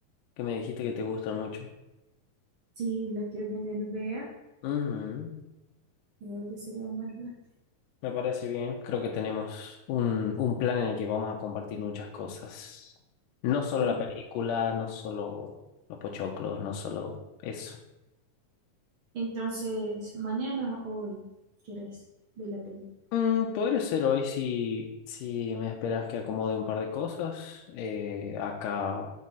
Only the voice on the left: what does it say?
que me dijiste que te gustan mucho.
Ujú,
Me parece bien. Creo que tenemos un, un plan en el que vamos a compartir muchas cosas. No
solo la película, no solo los pochoclos, no solo eso.
Mm, podría ser hoy si, si me esperas que acomode un par de cosas eh, acá